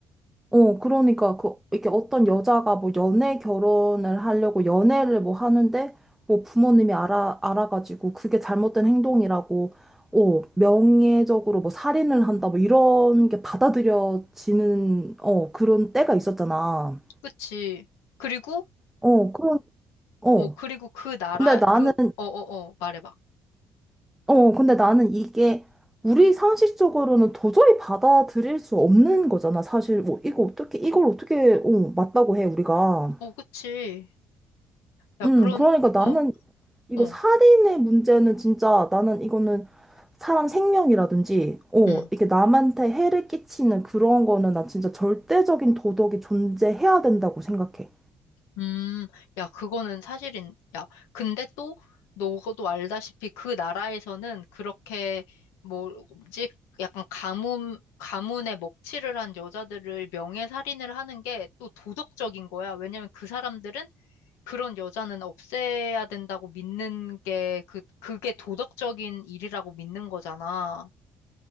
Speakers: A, in the centre; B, on the left.
A: 어, 그러니까, 그, 이렇게 어떤 여자가 뭐 연애 결혼을 하려고 연애를 뭐 하는데, 뭐 부모님이 알아, 알아가지고 그게 잘못된 행동이라고, 어, 명예적으로 뭐 살인을 한다, 뭐 이런 게 받아들여지는, 어, 그런 때가 있었잖아.
B: 그치. 그리고
A: 어, 그런, 어.
B: 어, 그리고 그 나라,
A: 근데 나는,
B: 그, 어, 어, 어, 말해봐.
A: 어, 근데 나는 이게 우리 상식적으로는 도저히 받아들일 수 없는 거잖아, 사실. 뭐, 이거 어떻게, 이걸 어떻게, 어, 맞다고 해, 우리가.
B: 어, 그치. 야,
A: 음,
B: 그런,
A: 그러니까 나는
B: 어,
A: 이거
B: 어,
A: 살인의 문제는 진짜 나는 이거는 사람 생명이라든지, 어,
B: 음,
A: 이게 남한테 해를 끼치는 그런 거는 나 진짜 절대적인 도덕이 존재해야 된다고 생각해.
B: 음, 야, 그거는 사실인, 야, 근데 또, 너도 알다시피 그 나라에서는 그렇게, 뭐, 뭐지, 약간 가문, 가문에 먹칠을 한 여자들을 명예살인을 하는 게 또 도덕적인 거야. 왜냐면 그 사람들은 그런 여자는 없애야 된다고 믿는 게, 그, 그게 도덕적인 일이라고 믿는 거잖아.